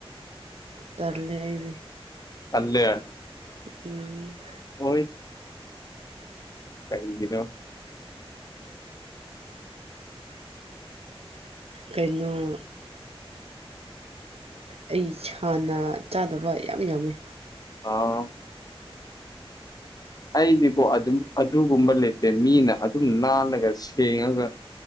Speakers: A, on the right; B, on the left.
A: ꯇꯜꯂꯦ ꯑꯩꯗꯤ
B: ꯇꯜꯂꯦ
A: ꯎꯝ
B: ꯍꯣꯏ ꯀꯩꯒꯤꯅꫭ
A: ꯀꯩꯅꯣ ꯑꯩ ꯏꯁꯥꯅ ꯆꯥꯗꯕ ꯌꯥꯝ ꯌꯥꯝꯃꯦ
B: ꯑꫭ ꯑꯩꯗꯤꯀꯣ ꯑꯗꯨꯝ ꯑꯗꯨꯒꯨꯝꯕ ꯂꯩꯇꯦ ꯃꯤꯅ ꯑꯗꯨꯝ ꯅꯥꯜꯂꯒ ꯁꯦꯡꯉꯒ